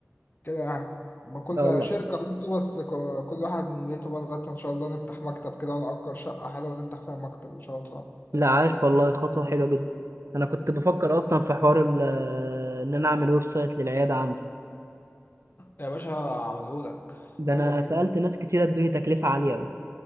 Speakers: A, on the left; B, on the right.
A: كده يعني كل
B: لا والله
A: شركة بنته بس ك- كل واحد من بيته بقى لغاية ما ان شاء الله نفتح مكتب كده ونأجر شقة حلوة ونفتح فيها مكتب ان شاء الله
B: لا عاش والله خطوة حلوة جدا أنا كنت بفكر أصلا في حوار ال- آه، إن أنا أعمل ويب سايت للعيادة عندي
A: يا باشا هعملهولك
B: ده
A: يلا
B: أنا
A: بينا
B: سألت ناس كتير ادوني تكلفة عالية أوي